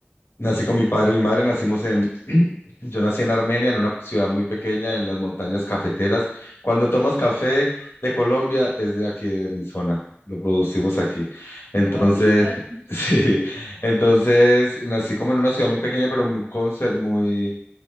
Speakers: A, on the left; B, on the right.
A: Nací con mi padre y mi madre, nacimos en, <clears throat> yo nací en Armenia, en una ciudad muy pequeña, en las montañas cafeteras. Cuando tomas café de Colombia, es de aquí, de mi zona, lo producimos aquí. Entonces,
B: Ay, qué lindo.
A: <laughs> sí, entonces nací como en una ciudad muy pequeña, pero muy, conser- muy,